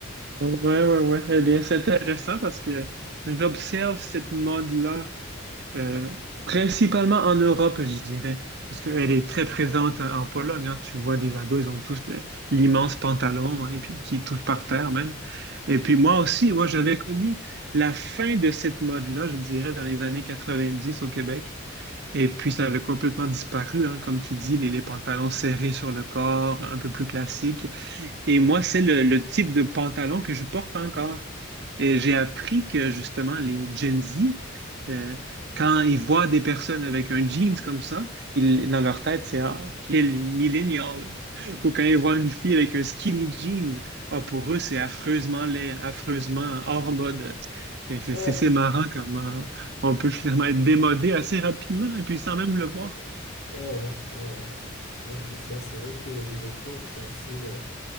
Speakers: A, on the right; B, on the left.
A: Ouais, ouais, ouais. Eh bien, c'est intéressant parce que j'observe cette mode-là euh, principalement en Europe, je dirais, parce qu'elle est très présente en, en Pologne. hein. Tu vois, les ados, ils ont tous le- l'immense pantalon, hein, puis qui touche par terre même. Et puis moi aussi, moi, j'avais connu la fin de cette mode-là, je dirais, dans les années 90 au Québec. Et puis, ça avait complètement disparu, hein, comme tu dis, les, les pantalons serrés sur le corps, un peu plus classiques. Et moi, c'est le, le type de pantalon que je porte encore. Et j'ai appris que justement, les Gen Z, euh, quand ils voient des personnes avec un jeans comme ça, ils, dans leur tête, c'est Ah, quel millennial! Ou quand ils voient une fille avec un skinny jeans, ah, pour eux, c'est affreusement laid, affreusement hors mode. Et c'est
B: Ah,
A: c'est- c'est marrant comment on peut finalement être démodé assez rapidement et puis sans même le voir.
B: ah ouais, ah ouais. Ouais, c'est ça, c'est vrai qu'il y a des vêtements qui sont assez, euh,